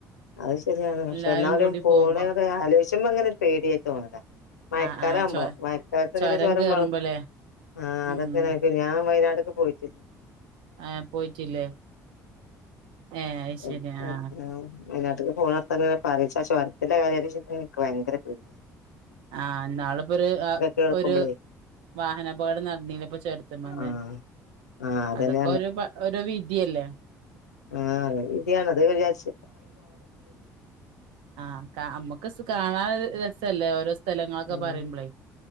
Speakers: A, on the left (about 85°); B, on the right (about 65°).
A: അത് ശരിയാണ് പക്ഷെ
B: എല്ലാരും
A: എന്നാലും
B: കൂടി
A: പോണേക്ക
B: പോകുമ്പോ
A: ആലോയ്ച്ചുമ്പോങ്ങനെ പേടിയായി തോന്നല മയക്കാലാവുമ്പോ
B: ആഹ് ആഹ് ചൊ
A: മഴക്കാലത്ത്
B: ചൊരം
A: ഇങ്ങനെ ചോരം
B: കേറുമ്പോല്ലേ
A: വള ആഹ
B: ഉം
A: അതൊക്കെയാണ് ഞാൻ വയനാടൊക്കെ പോയിട്ടി
B: ആഹ പോയിട്ടില്ലേ ഏഹ് അത് ശരി
A: അ
B: ആഹ്
A: അ വയനാട്ടക്ക് പോണത്തരെ പറയിച്ച ച്ചൊരത്തിന്റെ കാര്യ എനിക്ക് ഭയങ്കര പേടി
B: ആ ന്നാളിപ്പൊരു ആ
A: കേൾക്കുമ്പളേ
B: ഒരു വാഹനാപകടം നടന്നീലേപ്പോ ചൊരത്ത്മ്മ്ന്ന്
A: ആഹ് ആഹ് അതന്നെ
B: അതൊക്കെ ഒരുപ്പ ഒരു വിധിയല്ലേ
A: ആഹ ഇത്യാണത് ജ്ജ്
B: ആഹ കാ നമ്മുക്ക് കാണാൻ രസല്ലേ ഓരോ സ്ഥലങ്ങളൊക്കെ
A: ഉം
B: പറയുമ്പളേ